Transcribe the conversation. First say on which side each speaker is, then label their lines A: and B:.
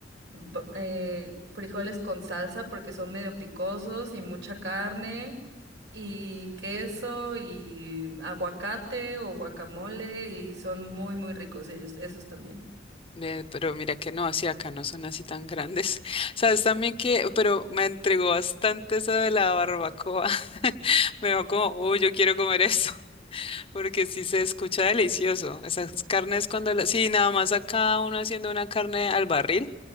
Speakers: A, on the right; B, on the left.
A: b- eh, frijoles con salsa porque son medio picosos y mucha carne y queso y aguacate o guacamole y son muy, muy ricos ellos, esos también.
B: Eh, pero mira que no, sí, acá no son así tan grandes. <laughs> Sabes también que, pero me entregó bastante eso de la barbacoa. <laughs> Me dijo como, uy, yo quiero comer eso. Porque sí se escucha delicioso. Esas carnes cuando las... Sí, nada más acá uno haciendo una carne al barril,